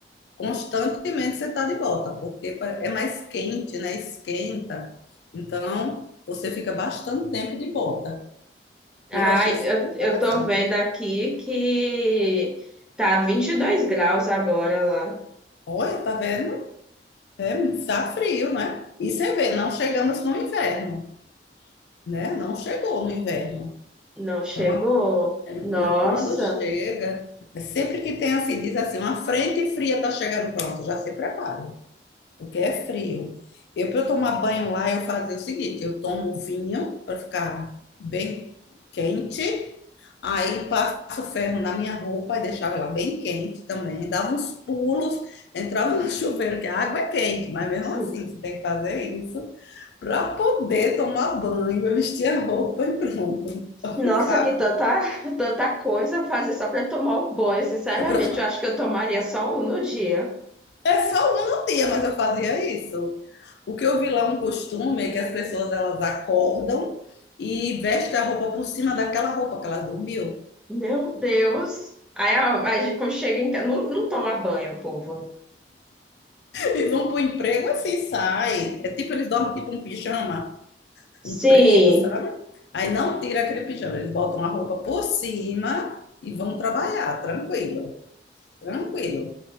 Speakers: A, on the left; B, in the centre.
A: Constantemente você está de bota, porque pa- é mais quente, né? Esquenta. Então você fica bastante tempo de bota.
B: Ai,
A: Eu achei super
B: eu,
A: interessante.
B: eu tô vendo aqui que tá 22 graus agora lá.
A: Olha, tá vendo? É, tá frio, né? E você vê, não chegamos no inverno, né? Não chegou no inverno.
B: Não chegou?
A: Então uma co- é,
B: Nossa.
A: pois quando chega, é sempre que tem assim, diz assim, uma frente fria está chegando, pronto, já se prepare. porque é frio. Eu, para eu tomar banho lá, eu fazia o seguinte: eu tomo vinho para ficar bem quente, aí passo ferro na minha roupa e deixava ela bem quente também, dava uns pulos, entrava no <laughs> chuveiro, que a água é quente, mas mesmo
B: Sim.
A: assim você tem que fazer isso para poder tomar banho, eu vestir a roupa e pronto, para
B: Nossa,
A: ficar,
B: que tanta, <laughs> tanta coisa fazer só para tomar um banho, sinceramente.
A: <laughs> para
B: Eu acho que eu tomaria só um no dia.
A: É só uma no dia, mas eu fazia isso. O que eu vi lá é um costume é que as pessoas elas acordam e vestem a roupa por cima daquela roupa que ela dormiu
B: Meu Deus. Aí, a- aí quando chega em casa, não, não toma banho, povo.
A: e vão pro emprego assim, sai. É tipo eles dormem tipo um pijama comprido,
B: Sim.
A: sabe? Aí não tira aquele pijama, eles botam a roupa por cima e vão trabalhar, tranquilo, tranquilo.